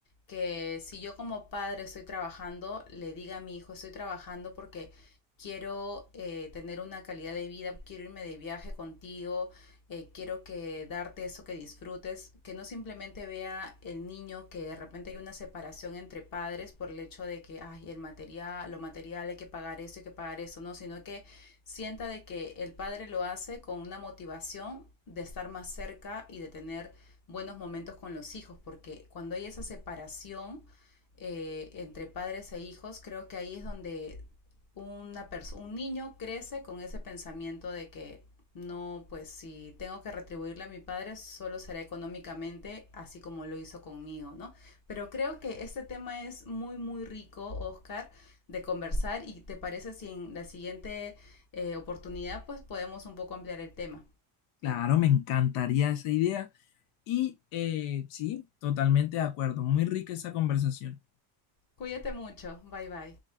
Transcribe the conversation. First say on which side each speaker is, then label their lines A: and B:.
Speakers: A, on the left; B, on the left.
A: Que si yo como padre estoy trabajando, le diga a mi hijo, estoy trabajando porque quiero eh, tener una calidad de vida, quiero irme de viaje contigo, eh, quiero que darte eso que disfrutes, que no simplemente vea el niño que de repente hay una separación entre padres por el hecho de que, ay, el material, lo material hay que pagar esto, hay que pagar eso, no, sino que sienta de que el padre lo hace con una motivación de estar más cerca y de tener buenos momentos con los hijos, porque cuando hay esa separación eh, entre padres e hijos, creo que ahí es donde una un niño crece con ese pensamiento de que no, pues si tengo que retribuirle a mi padre, solo será económicamente, así como lo hizo conmigo, ¿no? Pero creo que este tema es muy, muy rico, Oscar, de conversar y te parece si en la siguiente eh, oportunidad, pues podemos un poco ampliar el tema.
B: Claro, me encantaría esa idea y eh, sí, totalmente de acuerdo, muy rica esa conversación.
A: Cuídate mucho, bye bye.